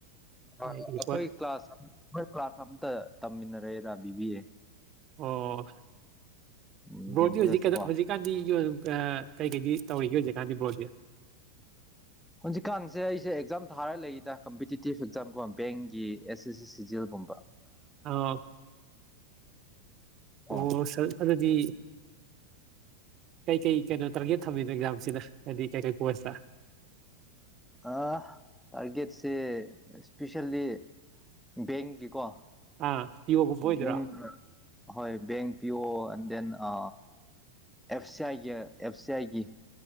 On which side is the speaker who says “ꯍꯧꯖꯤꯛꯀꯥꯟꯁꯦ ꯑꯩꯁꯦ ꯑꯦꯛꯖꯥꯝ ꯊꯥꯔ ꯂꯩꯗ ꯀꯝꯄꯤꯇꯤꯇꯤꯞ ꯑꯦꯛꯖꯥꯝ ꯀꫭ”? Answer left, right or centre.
Centre